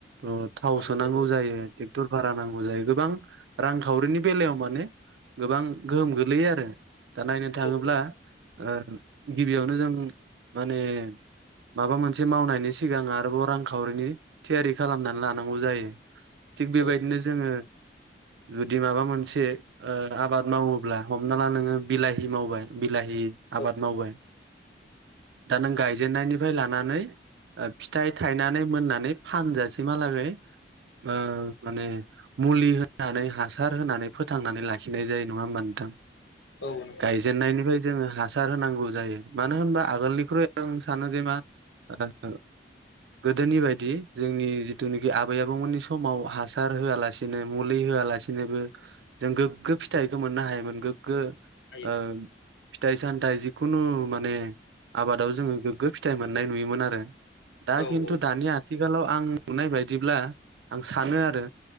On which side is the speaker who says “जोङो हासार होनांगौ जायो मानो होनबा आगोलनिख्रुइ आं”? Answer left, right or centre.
Right